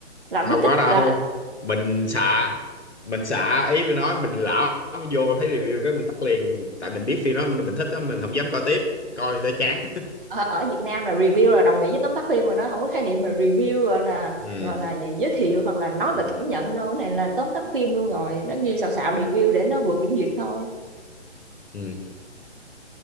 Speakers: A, on the right; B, on the left.
A: là biết
B: không
A: kích
B: có đâu
A: là
B: mình xạ mình xạ ý mình nói mình lão vô thấy review cái mình tắt liền tại mình biết phim đó mình thích đó mình không dám coi tiếp coi sẽ chán
A: ở, ở Việt Nam là review là đồng nghĩa với tóm tắt phim rồi đó, không có khái niệm là review gọi là
B: <laughs> ừ
A: gọi là giới thiệu hoặc là nói về
B: ừ
A: cảm nhận đâu, cái này là tóm tắt phim luôn rồi, nó ghi xạo xạo review để nó vừa kiểm duyệt thôi.
B: ừ